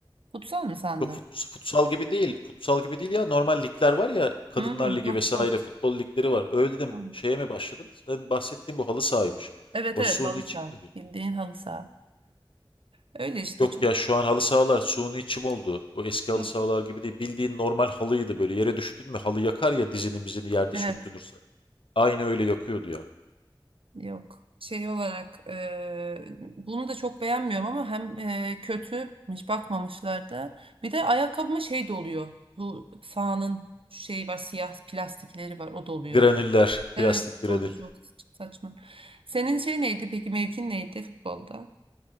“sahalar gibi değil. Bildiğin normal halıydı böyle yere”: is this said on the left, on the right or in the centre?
Left